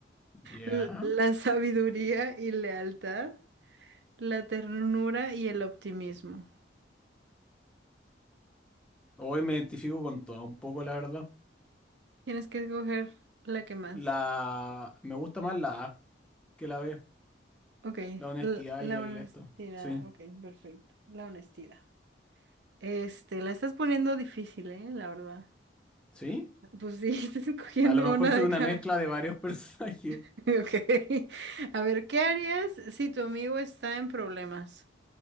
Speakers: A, in the centre; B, on the right.
A: Ya.
B: l- la sabiduría y lealtad, la ternura y el optimismo.
A: Hoy me identifico con toda un poco, la verdad.
B: Tienes que escoger la que más.
A: La... Me gusta más la A que la B.
B: Ok,
A: La honestidad
B: l- la
A: y el
B: honestidad.
A: esto. Sí,
B: Ok, perfecto. La honestidad. Este, la estás poniendo difícil, ¿eh? La verdad.
A: sí.
B: Pues sí, <laughs> estás escogiendo
A: A lo mejor
B: una
A: soy
B: de
A: una
B: cada.
A: mezcla de varios <laughs> personajes.
B: <laughs> Ok. A ver, ¿qué harías si tu amigo está en problemas?